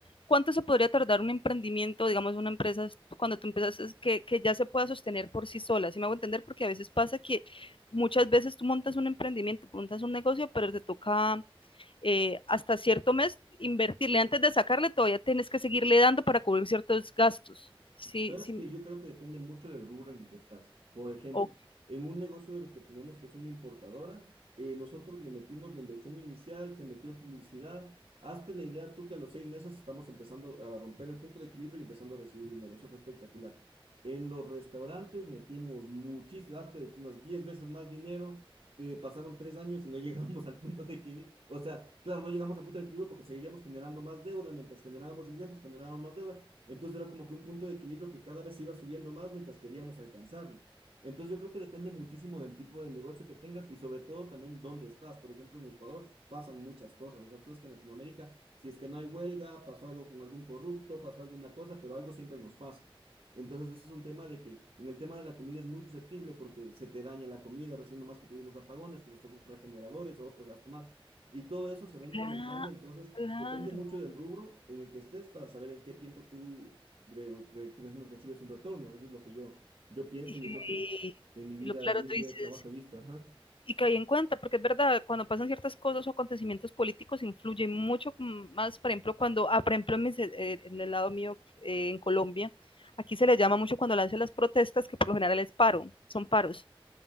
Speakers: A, on the left; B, on the right.
A: ¿cuánto se podría tardar un emprendimiento, digamos, una empresa, cuando tú empiezas, que, que ya se pueda sostener por sí sola? Si me hago entender, porque a veces pasa que muchas veces tú montas un emprendimiento, montas un negocio, pero te toca eh, hasta cierto mes invertirle. Antes de sacarle, todavía tienes que seguirle dando para cubrir ciertos gastos. Sí,
B: Sabes
A: sí.
B: que yo creo que depende mucho del rubro en el que estás. Por ejemplo,
A: Ok.
B: en un negocio de los que tenemos que es una importadora, eh, nosotros le metimos la inversión inicial, se metió publicidad. Hazte la idea tú que a los seis meses estamos empezando a romper el punto de equilibrio y empezando a recibir dinero. Eso fue espectacular. En los restaurantes metimos muchísimo, hasta unas 10 veces más dinero eh, pasaron tres años y no <laughs> llegamos al punto de equilibrio. O sea, claro, no llegamos al punto de equilibrio porque seguíamos generando más deuda, mientras generábamos ingresos, generábamos más deuda. Entonces era como que un punto de equilibrio que cada vez iba subiendo más mientras queríamos alcanzarlo. Entonces yo creo que depende muchísimo del tipo de negocio que tengas y sobre todo también dónde estás. Por ejemplo, en Ecuador pasan muchas cosas. O sea, tú ves que en Latinoamérica, si es que no hay huelga, pasó algo con algún corrupto, pasó alguna cosa, pero algo siempre nos pasa. Entonces, ese es un tema de que en el tema de la comida es muy susceptible porque se te daña la comida, recién nomás que tuvimos apagones, pues nos tocó comprar generadores o otro gasto más. Y todo eso se va incrementando,
A: Cla-
B: entonces
A: Claro.
B: depende mucho del rubro en el que estés para saber en qué tiempo tú re- re- recibes un retorno. Eso es lo que yo, yo pienso
A: Y,
B: y es lo que en mi vida,
A: y lo claro,
B: día
A: tú
B: a día
A: dices,
B: de trabajo he visto. Ajá.
A: y que hay en cuenta, porque es verdad, cuando pasan ciertas cosas o acontecimientos políticos influye mucho más, por ejemplo, cuando, ah, por ejemplo, en, mis, eh, en el lado mío, eh, en Colombia, aquí se le llama mucho cuando lanzan las protestas, que por lo general es paro, son paros.